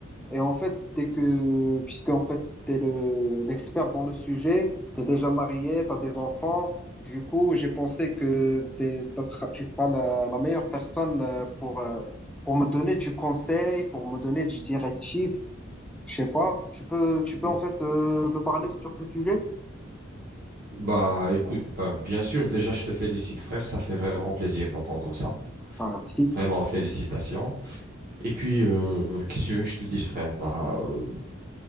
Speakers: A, in the centre; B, on the right.
A: Et en fait, t'es que, puisque en fait, t'es le, l'expert dans le sujet, t'es déjà marié, t'as des enfants. Du coup, j'ai pensé que t'es, t'as sera- tu seras la, la meilleure personne euh, pour, euh, pour me donner du conseil, pour me donner du directive. Je sais pas. Tu peux, tu peux
B: Mm.
A: en fait euh, me parler sur ce sujet?
B: Bah écoute, bah, bien sûr, déjà je te félicite frère, ça fait vraiment plaisir d'entendre ça.
A: Ah, merci.
B: Vraiment, félicitations. Et puis, euh, qu'est-ce que tu veux que je te dise frère? Bah, euh,